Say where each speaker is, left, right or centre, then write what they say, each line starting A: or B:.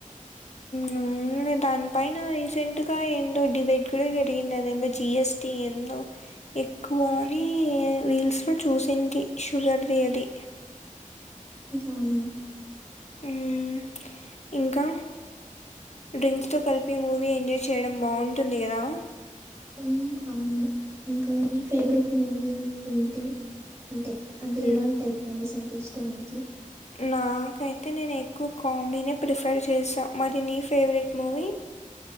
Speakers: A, on the left (about 55°); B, on the right (about 20°).
A: నువ్వు దానిపైన రీసెంట్ గా ఎందో డిబేట్ కూడా జరిగింది అదేందో జిఎస్టి ఎందో ఎక్కువని రీల్స్ లు చూసింటి షుగర్ ది అది
B: అవునా
A: ఉమ్ ఇంకా డ్రింక్స్ తో కలిపి మూవీ ఎంజాయ్ చేయడం బాగుంటుంది కదా
B: ఉమ్ అవును ఇంకా నీ ఫేవరెట్ మూవీ ఏంటి అంటే అంటే
A: హ్మ్.
B: ఎలాంటి టైప్ మూవీస్ అంటే ఇష్టం మీకి
A: నాకైతే నేను ఎక్కువ కామెడీనే ప్రిఫర్ చేసా మరి నీ ఫేవరెట్ మూవీ